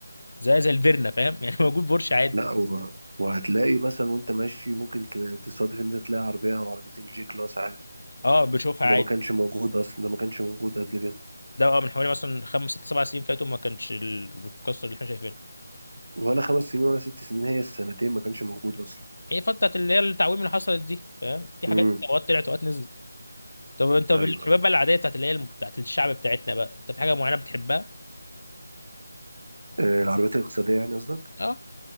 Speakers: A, on the left; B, on the right.
A: زي زي الفيرنا فاهم يعني <laughs> موجود بورش عادي
B: لا و... وهتلاقي مثلا وانت ماشي ممكن ت- تصادف ان انت تلاقي عربيه او عربيتين جي كلاس عادي
A: اه بشوفها
B: ده
A: عادي
B: ما كانش موجود اصلا ده ما كانش موجود قبل كده
A: ده بقى من حوالي مثلا خمس ست سبع سنين فاتوا ما كانش ال- القصه اللي احنا شايفينها
B: ولا خمس سنين ولا ست سنين هي السنتين ما كانش موجود اصلا
A: هي فتره بتاعت اللي هي التعويم اللي حصلت دي فاهم في حاجات
B: امم
A: اوقات طلعت اوقات نزلت طب انت
B: ايوه
A: بالحباب
B: ايوه
A: بقى العاديه بتاعت اللي هي الم- بتاعت الشعب بتاعتنا بقى انت في حاجه معينه بتحبها
B: آه، العربيات الاقتصاديه يعني قصدك
A: اه